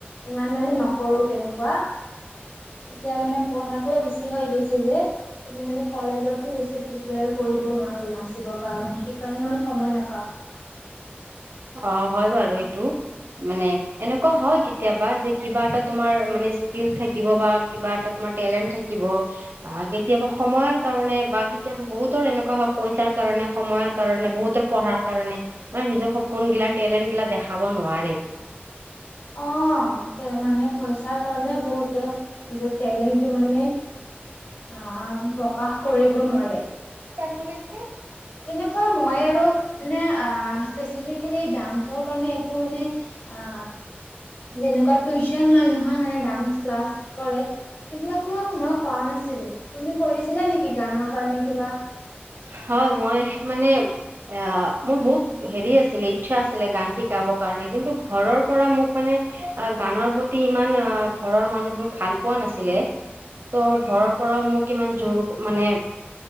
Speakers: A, on the left (about 65°); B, on the right (about 60°).
A: ইমান মানে নকৰোঁ, তেনেকুৱা। এতিয়া মানে, পঢ়াটোৱে বেছি হৈ গৈছে যে। <unintelligible> মানে, কলেজতো বেছি প্ৰিপেয়াৰ কৰিব নোৱাৰোঁ, নাচিবৰ কাৰণে। সেইকাৰণে ইমান সময় নাপাওঁ।
B: অ'! হয় বাৰু এইটো। মানে, এনেকুৱা হয় কেতিয়াবা, যে কিবা এটা তোমাৰ মানে, স্কিল থাকিব বা কিবা এটা তোমাৰ টেলেন্ট থাকিব আঁ কেতিয়াবা সময়ৰ কাৰণে বা কেতিয়াবা, বহুতৰ এনেকুৱা হয়, পইচাৰ কাৰণে, সময়ৰ কাৰণে, বহুতৰ পঢ়াৰ কাৰণে, মানে নিজৰ সপোন গিলা, টেলেণ্ট গিলা, দেখাব নোৱাৰে।
A: অ'! তে মানে, পইচাৰ কাৰণে বহুতে নিজৰ টেলেণ্টটো মানে, আঁ প্ৰকাশ কৰিব নোৱাৰে।
B: <unintelligible>
A: তেনেকুৱা মই আৰু মানে, আঁ স্পেচিফিকেলি ডান্সৰ কাৰণে, একো মানে, আঁ যেনেকুৱা টিউচন লয় নহয়, মানে ডান্স ক্লাছ কৰে। সেইবিলাক মই, মই কৰা নাছিলোঁ। তুমি কৰিছিলা নেকি, গানৰ কাৰণে কিবা?
B: হয়! মই মানে, অ'! মোৰ বহুত সেৰি আছিলে, ইচ্ছা আছিলে, গান শিকাব কাৰণে! কিন্তু, ঘৰৰ পৰা মোক মানে, আঁ গানৰ প্ৰতি ইমান আঁ ঘৰৰ মানুহে ভাল পোৱা নাছি ছিলে। ত' ঘৰৰ পৰাও মোক ইমান জোৰ, মানে,